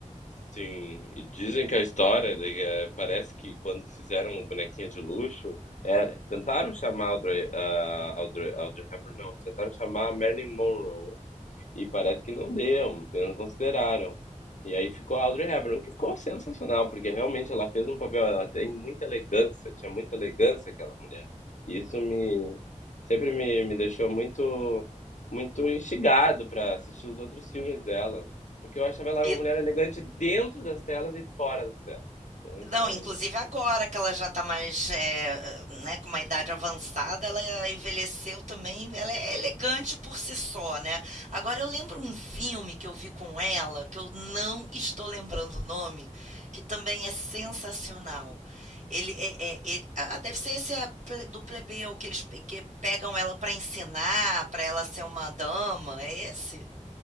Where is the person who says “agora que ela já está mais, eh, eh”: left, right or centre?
Right